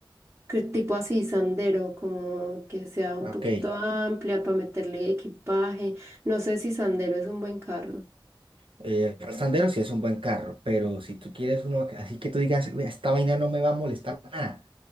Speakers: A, on the right; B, on the right.
A: que tipo así Sandero, como que sea un
B: Ok.
A: poquito amplia para meterle equipaje. No sé si Sandero es un buen carro.
B: El Ram Sandero sí es un buen carro, pero si tú quieres uno que- así que tú digas, "Vea, esta vaina no me va a molestar nada.